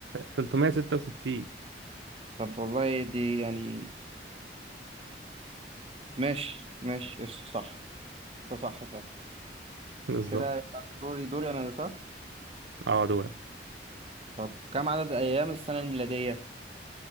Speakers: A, on the right (about 90°); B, on the right (about 30°).
A: 366
B: طب والله دي يعني ماشي ماشي قشطة، صح ده صح
A: بالظبط
B: كده يبقى دوري دوري انا صح
A: اه دول
B: طب كم عدد ايام السنة الميلادية